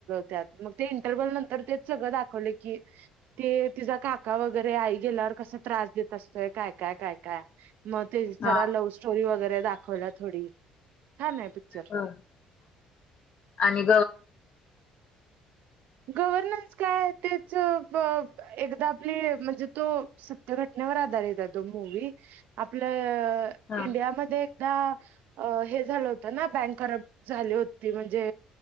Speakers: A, on the right; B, on the left.
A: त्यात मग ते इंटरवल नंतर ते सगळं दाखवले की ते ति काका वगैरे, का गेल्यावर कस त्रास देत असतोय काय काय काय काय मग ते
B: हा
A: जरा लव्ह स्टोरी वगैरे दाखवला थोडी छान आहे पिक्चर
B: हो आणि
A: गव्हर्नन्स काय आहे तेच एकदा आपली म्हणजे तो सत्य घटना <unintelligible>
B: हा
A: इडियामध्ये झा होत ना बँक झाली होती म्हणजे